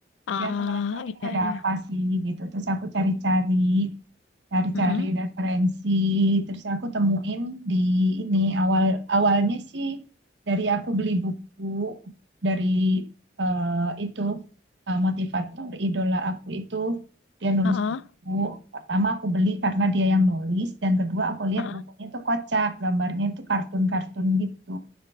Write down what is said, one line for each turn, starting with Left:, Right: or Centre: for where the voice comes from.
Left: Ah,
Right: dia aku ngerasa ini
Left: iya,
Right: ada
Left: iya.
Right: apa sih gitu terus aku cari-cari cari-cari
Left: Mm-mm.
Right: referensi terus aku temuin di ini awal awalnya sih dari aku beli buku dari eh, itu eh, motivator idola aku itu dia nulis
Left: Ah,
Right: buku pertama aku beli karena dia yang nulis dan kedua aku lihat
Left: ah, ah.
Right: bukunya tuh kocak gambarnya itu kartun-kartun gitu